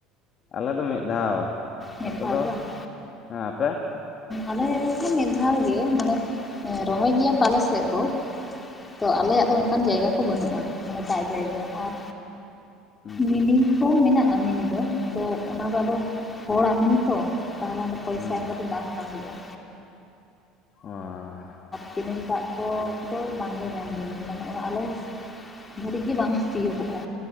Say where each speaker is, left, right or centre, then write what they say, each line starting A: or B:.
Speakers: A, on the left; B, on the left.
A: ᱟᱞᱮ ᱫᱚ ᱢᱤᱫ ᱫᱷᱟᱣ
B: ᱢᱤᱫ
A: ᱟᱯᱮ
B: ᱫᱷᱟᱣ
A: ᱫᱚ
B: ᱜᱮ ᱵᱟᱝ
A: ᱦᱮᱸ ᱟᱯᱮ
B: ᱟᱞᱮ ᱦᱚᱸ ᱢᱤᱫ ᱫᱷᱟᱣ ᱜᱮ ᱢᱟᱱᱮ ᱨᱚᱦᱚᱭ ᱜᱮᱭᱟ ᱠᱚ ᱟᱞᱮ ᱥᱮᱫ ᱫᱚ ᱛᱚ
A: ᱦᱩᱸ
B: ᱟᱞᱮᱭᱟᱜ ᱫᱚ ᱚᱱᱠᱟᱱ ᱡᱟᱭᱜᱟ ᱠᱚ ᱵᱟᱹᱱᱩᱜᱼᱟ ᱢᱟᱱᱮ ᱫᱟᱜ ᱡᱟᱭᱜᱟ ᱟᱨ
A: ᱦᱩᱸ
B: ᱢᱤᱱᱤ ᱠᱚ ᱢᱮᱱᱟᱜᱼᱟ ᱢᱤᱱᱤ ᱫᱚ ᱛᱚ ᱚᱱᱟᱫᱚ ᱟᱫᱚ ᱦᱚᱲᱟᱜ ᱢᱮᱱᱤ ᱛᱚ ᱛᱟᱦᱚᱞᱮ ᱚᱰᱮ ᱯᱚᱭᱥᱟ
A: ᱦᱩᱸ
B: ᱮᱢ ᱠᱟᱛᱮ ᱵᱟᱝ ᱵᱟᱝ ᱦᱤᱡᱩᱜ-ᱟ
A: ᱚᱸ
B: ᱠᱮᱱᱮᱞ ᱫᱟᱜ ᱠᱚ ᱫᱚ ᱵᱟᱝᱞᱮ ᱧᱟᱢ ᱜᱮᱭᱟ ᱢᱟᱱᱮ ᱟᱞᱮ ᱫᱷᱟᱹᱨᱤᱡ ᱜᱮ ᱵᱟᱝ ᱛᱤᱭᱳᱜᱚᱜᱼᱟ